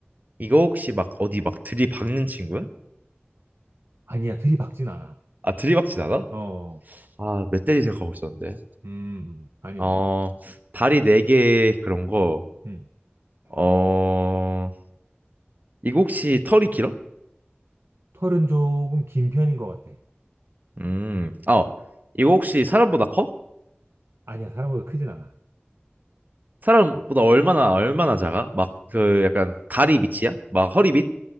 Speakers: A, on the right; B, on the right.
A: 이거 혹시 막 어디 막 들이박는 친구야?
B: 아니야, 들이박진 않아.
A: 아, 들이박진 않아?
B: 어,
A: 아, 멧돼지 생각하고 있었는데.
B: 음, 아니야,
A: 어,
B: 아니야.
A: 다리 네 개 그런 거.
B: 음.
A: 어, 이거 혹시 털이 길어?
B: 털은 조금 긴 편인 것 같아.
A: 음, 아, 어, 이거 혹시 사람보다 커?
B: 아니야, 사람보다 크진 않아.
A: 사람보다 얼마나 얼마나 작아? 막 그 약간 다리 밑이야? 막 허리 밑?